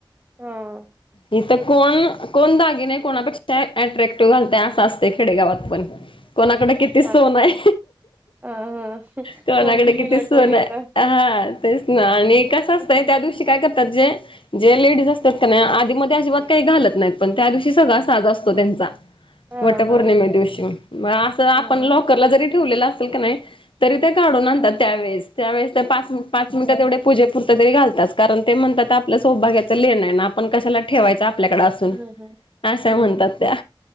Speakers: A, on the right (about 20°); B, on the left (about 75°).
A: हा.
B: इथं कोण कोण दागिने कोणापेक्षा अट्रॅक्टिव्ह घालतय असं असते खेडेगावात पण. कोणाकडे किती सोन
A: अच्छा.
B: आहे.
A: हां, हां.
B: कोणाकडे
A: कोण
B: किती
A: नटून
B: सोन
A: येत
B: आहे हा तेच ना आणि कस. कसं असतय
A: ह ह
B: त्या दिवशी काय करतात ज जे लेटज असतात नाही आधी मधी अजिबात काही घालत नाहीत पण त्या दिवशी सगळा साज असतो त्यांचा
A: ह ह ह हा
B: वटपौर्णिमे
A: हा
B: दिवशी म असं आपण
A: हम्म
B: लॉकरला जरी ठेवलेलं असेल का नाही तरी ते काढून आणतात त्यावेळेस त्यावेळेस ते पाच पाच मिनिटात तेवढे पूजे तात्पुरतं तरी घालात कारण ते म्हणतात आपलं सोपभाग्याचं लेण आहे ना आपण कशाला ठेवायचं आपल्याकडे असून
A: हम्म
B: असा
A: हम्म
B: म्हणतात त्या